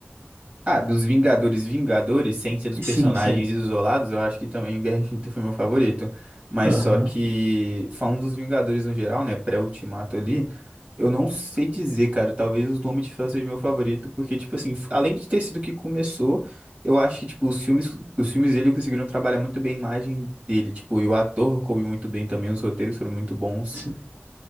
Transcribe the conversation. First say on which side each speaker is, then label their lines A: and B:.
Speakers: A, on the right; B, on the right.
A: Ah, dos Vingadores, Vingadores, sem ser dos personagens
B: Sim, sim.
A: isolados, eu acho que também o Guerra Infinita foi meu favorito. Mas
B: Aham.
A: só que, falando dos Vingadores no geral, né, pré-Ultimato ali, eu não sei dizer, cara, talvez os Homem de Ferro seja meu favorito, porque, tipo assim, f- além de ter sido o que começou, eu acho que, tipo, os filmes, os filmes dele conseguiram trabalhar muito bem a imagem dele, tipo, e o ator coube muito bem também, os roteiros foram muito bons.
B: sim.